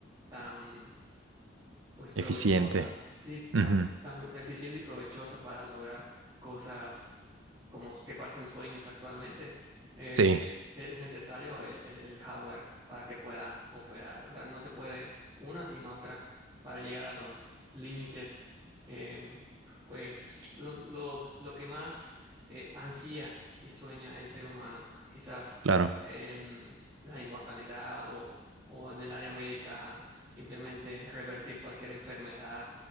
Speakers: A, on the right (about 20°); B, on the right (about 85°).
A: tan pues provechosa,
B: eficiente.
A: sí,
B: Ujú.
A: tan, tan eficiente y provechosa para lograr cosas como que parecen sueños actualmente, eh,
B: Sí,
A: es necesario el, el- el hardware para que pueda operar. O sea, no se puede una sin otra para llegar a los límites. eh, pues los- lo, lo que más eh, ansía y sueña el ser humano, quizás
B: claro.
A: em, la inmortalidad o, o en el área médica simplemente revertir cualquier enfermedad.